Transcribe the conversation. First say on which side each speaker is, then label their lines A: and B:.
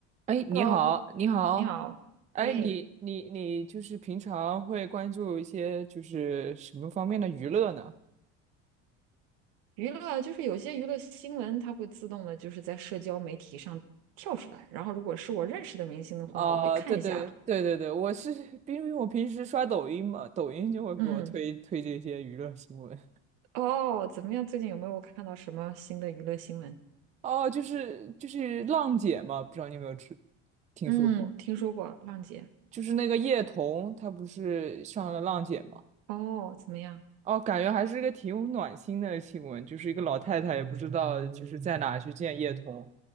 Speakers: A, on the right (about 20°); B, on the right (about 75°).
A: 哎，你好，
B: 喽，
A: 你好，
B: 你好，
A: 哎，
B: 哎，
A: 你你你就是平常会关注一些就是什么方面的娱乐呢？
B: 娱乐就是有些娱乐新闻，它会自动的，就是在社交媒体上跳出来。然后，如果是我认识的明星的话，
A: 啊、
B: 我会看一下。
A: 对对对对对，我是因为我平时刷抖音嘛，抖音就会给我推推这些娱乐新闻。
B: 嗯嗯，哦，怎么样？最近有没有看到什么新的娱乐新闻？
A: 哦，就是就是浪姐嘛，不知道你有没有听听说过？
B: 嗯，听说过浪姐。
A: 就是那个叶童，她不是上了浪姐吗？
B: 哦，怎么样？
A: 哦，感觉还是个挺有暖心的新闻，就是一个老太太也不知道就是在哪去见叶童，